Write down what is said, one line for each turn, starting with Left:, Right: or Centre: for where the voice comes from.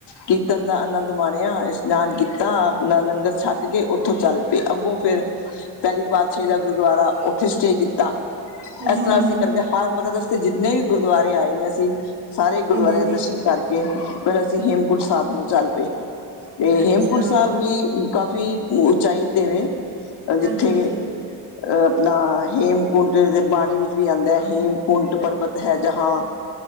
Left: ਕੀਰਤਨ ਦਾ ਆਨੰਦ ਨਿਮਾਣਿਆ, ਇਸ਼ਨਾਨ ਕੀਤਾ, ਆਪਣਾ ਲੰਗਰ ਛੱਕ ਕੇ ਉੱਥੋਂ ਚੱਲ ਪਏ। ਅੱਗੋਂ ਫਿਰ ਪਹਿਲੀ ਪਾਤਸ਼ਾਹੀ ਦਾ ਗੁਰਦੁਆਰਾ ਉੱਥੇ ਸਟੇ ਕੀਤਾ।
Right: ਹੂੰ-ਹੂੰ-ਹੂੰ,
Left: ਇਸ ਤਰ੍ਹਾਂ ਅਸੀਂ ਕਰਦੇ ਹਰ ਮਤਲਬ ਰਸਤੇ ਜਿੰਨੇ ਵੀ ਗੁਰਦੁਆਰੇ ਆਏ ਨੇ ਅਸੀਂ ਸਾਰੇ ਗੁਰਦੁਆਰਿਆਂ
Right: ਹਾਂਜੀ-ਹਾਂਜੀ,
Left: ਦੇ ਦਰਸ਼ਨ ਕਰਕੇ ਫ਼ਿਰ ਅਸੀਂ ਹੇਮਕੁੰਟ ਸਾਹਿਬ ਨੂੰ ਚੱਲ ਪਏ। ਤੇ
Right: ਅੱਛਾ।
Left: ਹੇਮਕੁੰਟ ਸਾਹਿਬ ਵੀ ਕਾਫੀ ਉਚਾਈ ਤੇ ਵੇ ਜਿੱਥੇ
Right: ਹਾਂਜੀ-ਹਾਂਜੀ,
Left: <inaudible> <unintelligible> ਅ ਆਪਣਾ ਹੇਮਕੁੰਟ ਦੇ ਬਾਣੀ ਵਿੱਚ ਵੀ ਆਉਂਦਾ ਹੈ। ਹੇਮਕੁੰਟ ਪਰਬਤ ਹੈ ਜਹਾਂ